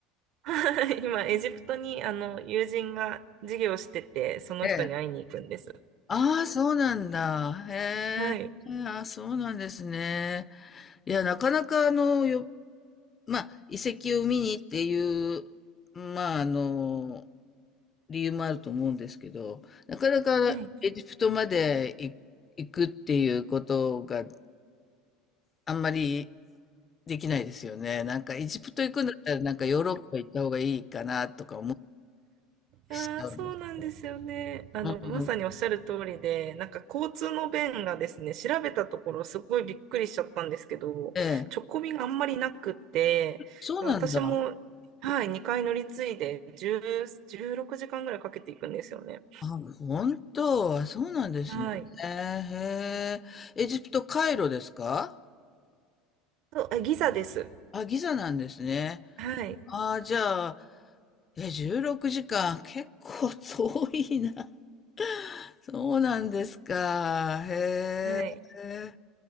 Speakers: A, on the right (about 55°); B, on the left (about 25°).
A: <laughs> 今、エジプトにあの友人が授業してて、その人に会いに行くんです。
B: ええ。ああ、そうなんだ。へえ。
A: はい。
B: ああ、そうなんですね。いや、なかなかあの、よ、まあ、遺跡を見にっていう、まあ、あの、理由もあると思うんですけど、なかなかエジプトまで行行くっていうことが
A: はい。
B: あんまりできないですよね。なんかエジプト行くんだったらなんかヨーロッパ行った方がいいかなとか思って
A: ああ、
B: う
A: そうなんですよね。あの、
B: ん
A: まさにおっしゃる通りで、なんか交通の便がですね、調べたところすごいびっくりしちゃったんですけど、
B: ええ。
A: 直行便があんまりなくって、
B: そうなんだ。
A: で私も、はい、2回乗り継いで10、16時間ぐらいかけていくんですよね。
B: あ、本当。あそうなんですね。
A: はい。
B: えーへえ。エジプト、カイロですか
A: と、あ、ギザです。
B: あ、ギザなんですね。
A: はい。
B: ああ、じゃあ、え、16時間。結構遠いな。そうなんですか。へえ。
A: はい。